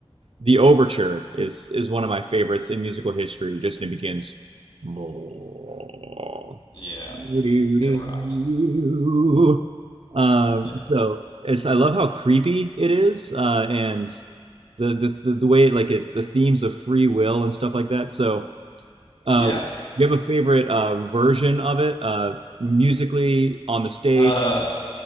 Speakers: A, on the right (about 70°); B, on the left (about 60°).
A: the overture is is one of my favorites in musical history. Just it begins. <laughs>
B: yeah. It rocks.
A: Um,
B: Yeah,
A: so it's, I love how creepy it is, uh, and the, the the the way it, like it the themes of free will and stuff like that. So, uh,
B: yeah.
A: do you have a favorite uh, version of it uh, musically on the stage?
B: Uh,